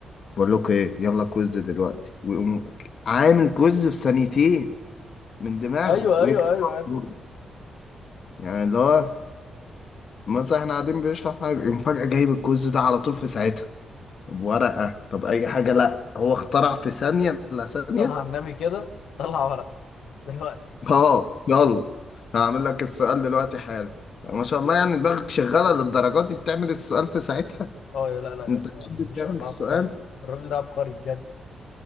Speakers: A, on the left (about 55°); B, on the left (about 85°).
A: بقول لكم ايه يلا كويز دلوقتي ويقوم عامل كويز في ثانيتين من دماغه
B: ايوه
A: ويكتب
B: ايوه ايوه
A: على
B: يا ابني.
A: البورد يعني اللي هو مثلا احنا قاعدين بيشرح حاجة يقوم فجأة جايب الكويز ده على طول في ساعتها طب ورقة طب أي حاجة لأ هو اخترع في ثانية إلا ثانية
B: طلع على النبي كده طلع ورق دلوقتي
A: اه يلا هعمل لك السؤال دلوقتي حالا ما شاء الله يعني دماغك شغالة للدرجات دي بتعمل السؤال في ساعتها
B: اه يا- لا لا يا
A: انت
B: اسطى
A: بتحب
B: ما
A: بتعمل
B: شاء الله
A: السؤال
B: عبقري الراجل ده عبقري بجد